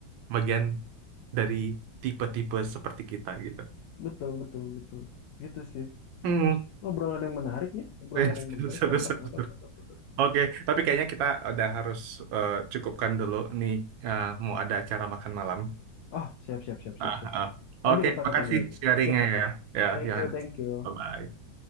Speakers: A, on the right (about 80°); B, on the left (about 75°).
A: bagian dari tipe-tipe seperti kita gitu.
B: betul, betul, betul. Gitu sih.
A: Hmm.
B: Obrolan yang menarik nih, obrolan
A: Seru,
B: yang menarik.
A: <laughs> seru,
B: Mantap,
A: seru,
B: mantap,
A: seru.
B: mantap, mantap.
A: Oke, tapi kayaknya kita udah harus eh, cukupkan dulu nih eh, mau ada acara makan malam.
B: Oh, siap, siap, siap, siap,
A: Ah,
B: siap.
A: ah.
B: Nanti
A: Oke,
B: kita
A: makasih
B: ketemu lagi.
A: sharingnya
B: Oke,
A: ya, ya
B: Thank
A: Yohanes.
B: you, thank you.
A: Bye-bye.